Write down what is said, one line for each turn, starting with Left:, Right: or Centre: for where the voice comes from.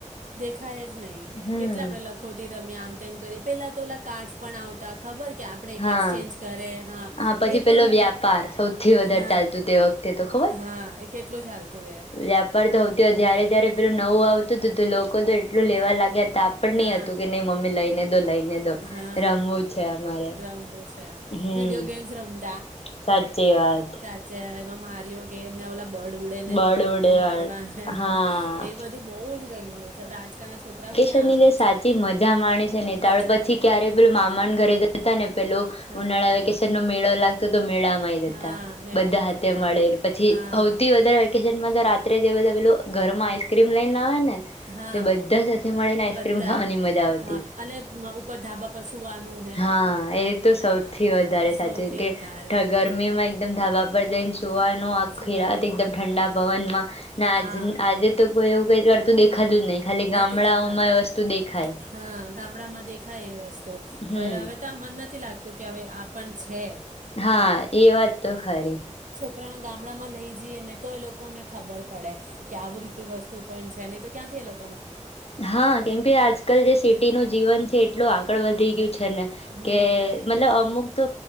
Right: દેખાય જ નઈ,
Left: હમ
Right: કેટલા આપડે લખોટી રમ્યા, આમ તેમ કરીએ, પેલા તો ઓલા કાર્ડસ પણ આવતા ખબર કે આપણે
Left: હા,
Right: એક્સચેન્જ કરે
Left: હા. પછી
Right: એ પણ
Left: પેલો
Right: હું
Left: વ્યાપાર સૌથી વધારે
Right: હા
Left: ચાલતો, તે વખતે તો ખબર
Right: હા એ કેટલું ચાલતું એ
Left: વ્યાપાર તો <unintelligible> જ્યારે જયારે પેલું નવું આવતું તો તો લોકો તો એટલું લેવા લાગ્યા તા પણ ની
Right: હા
Left: હતું કે, નઈ મમ્મી લઈને દો, લઈને દો,
Right: હા
Left: રમવું છે અમારે
Right: રમવું
Left: હમ
Right: વિડીયો ગેમ્સ રમતા
Left: સાચી વાત.
Right: સાચે એમાં માર્યો કે એમને ઓલા બર્ડ ઉડે
Left: બળવડ
Right: ને ગંનથી મારવા
Left: હા
Right: એ બધું બઉ જ <unintelligible> હોય છે હવે આજકાલના છોકરા ક્યાં
Left: તેની જે
Right: આવે
Left: સાચી મજા માણે છે નેતા
Right: મજા
Left: આપળ પછી ક્યારેક બોલ મામા ન ઘરે જ તાને પેલું
Right: હા
Left: ઉનાળા વેકેશનનો મેળો લાગ તો મેળામાંય
Right: હા
Left: જતા
Right: મેળામાં
Left: બધા હાથે
Right: જતા
Left: મળેને પછી
Right: હા
Left: હૌથી વધારે વેકેશનમાં તો રા તે જે બધા પેલુ ઘરમાં આઈસક્રીમ લઈ ને આવે ને હ.
Right: હા
Left: તે બધા સાથે મળીને આઈસ્ક્રીમ
Right: બધા
Left: ખાવાની મજા આવતી,
Right: હા અને મ- ઉપર ધાબા પર સુવાનું ને
Left: હા એ તો
Right: હા
Left: સૌથી વધારે
Right: સૌથી
Left: સાચું કે
Right: વધારે
Left: ધ
Right: ત્યાં
Left: ગરમીમાં એકદમ ધાબા પર જઈન ધોવાનું આખી
Right: સુવાનું
Left: રાત એકદમ ઠંડા
Right: આખી
Left: પવનમાં ને આજ
Right: હા
Left: આજે તો કોઈ એવું કોઈક વાર તો દેખાતુ જ નઈ ખાલી
Right: નથી
Left: ગામડાઓમાં
Right: દેખાતું
Left: એ વસ્તુ દેખાય.
Right: હા ગામડામાં દે ખાય એ વસ્તુ
Left: હમ
Right: પર હવે તો આ મન નથી લાગ તો કે હવે આપણ છે.
Left: હા એ વાત તો ખરી.
Right: ઉપકરાણ ગામડામાં લઈ જઈએ ને તો એ લોકો ને ખબર પડે કે આવું રીત વસ્તુ પણ છે નને તો ક્યાંથી એ લોકો
Left: હા કેમ કે આજકાલ જે સિટીનું જીવન છે. એટું આગળ વધી ગયું. ને
Right: હમ
Left: કે મતલબ અમુક તો